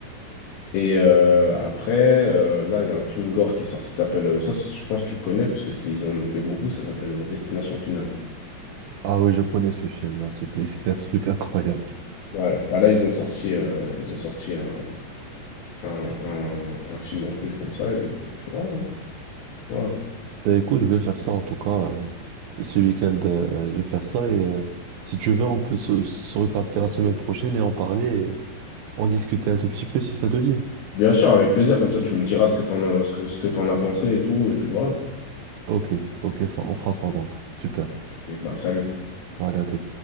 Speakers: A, on the left; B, on the right.
A: Et euh, après, euh, là, il y a un film gore qui est sorti, ça s'appelle. euh, Ça, je pense que tu connais parce que c'est- ils en ont fait beaucoup, ça s'appelle euh, Destination Finale.
B: Ah oui, je connais ce film. là. C'était, c'était un truc <laughs> incroyable.
A: Ouais, bah là ils ont sorti, euh, ils ont sorti un, un, un- un film en plus comme ça, et puis voilà. hein. Voilà.
B: Bah, écoute, je vais faire ça en tout cas. euh, ce week-end, euh, je vais faire ça. Et euh, si tu veux, on peut se, se recapter la semaine prochaine et en parler, et en discuter un tout petit peu si ça te dit.
A: Bien sûr, avec plaisir. Comme ça, tu me diras ce que t'en as, ce que, ce que t'en as pensé et tout. Et puis voilà.
B: Ok, ok, ça, on fera ça donc. Super.
A: Et bah, salut.
B: Allez, à tout.